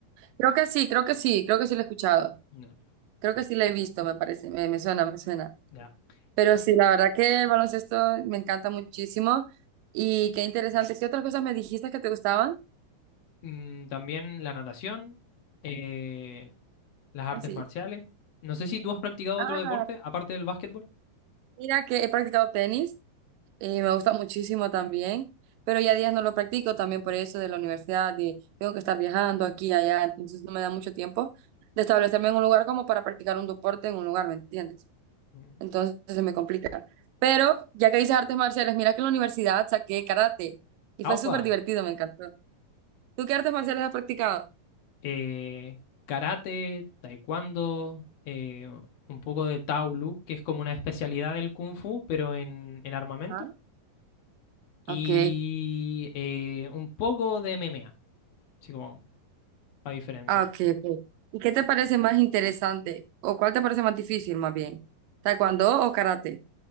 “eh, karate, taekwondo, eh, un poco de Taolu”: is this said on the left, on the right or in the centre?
Left